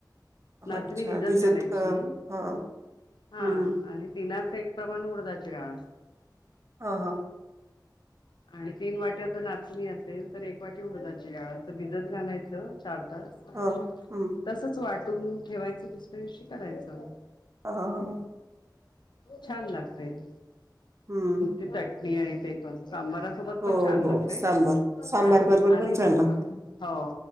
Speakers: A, on the right; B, on the left.
A: अच्छा
B: नाचणी भिजत घालायची,
A: अ, हां,
B: हा
A: हं.
B: आणि तिनाच एक प्रमाण उडदाची डाळ
A: अं हं.
B: आणि तीन वाट्यात जर नाचणी असेल, तर एक वाटी उडदाची डाळ भिजत घालायचं चार तास आणि,
A: हां, हं.
B: तसच वाटून ठेवायचं दुसऱ्या दिवशी करायचं
A: हा ह
B: छान लागते नुस्ती
A: हं.
B: चटणी आणि ते पण. सांबारासोबत
A: हो,
B: पण छान
A: हो.
B: लागते,
A: सांबार. सांबार
B: आ
A: बरोबर
B: आणि
A: पण छान लागतं.
B: हो